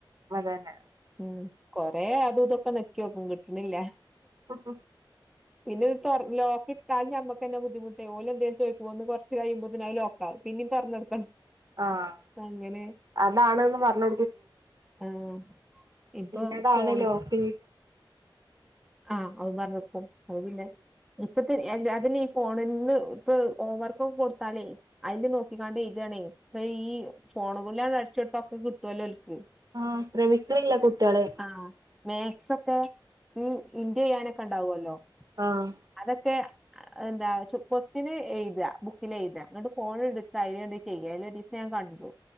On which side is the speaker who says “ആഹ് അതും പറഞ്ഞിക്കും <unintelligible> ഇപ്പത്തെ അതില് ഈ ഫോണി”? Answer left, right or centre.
Centre